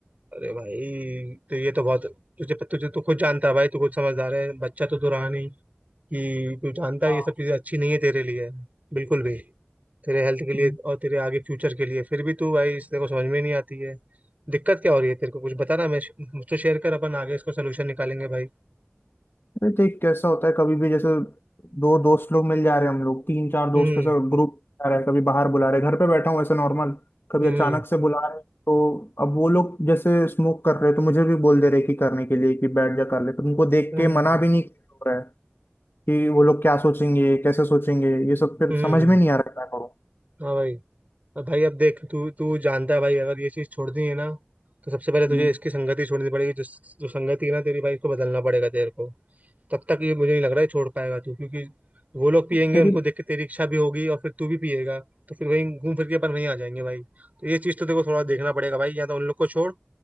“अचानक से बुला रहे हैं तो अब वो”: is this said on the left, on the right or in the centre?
Left